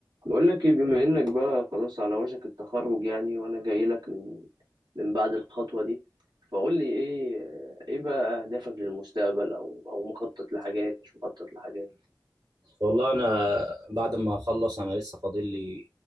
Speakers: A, on the right; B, on the right.
A: بقول لك ايه بما انك بقى خلاص على وشك التخرج يعني وانا جاي لك من من بعد الخطوة دي فقول لي ايه ايه بقى اهدافك للمستقبل او او مخطط لحاجات مش مخطط لحاجات
B: والله انا بعد ما اخلص انا لسه فاضل لي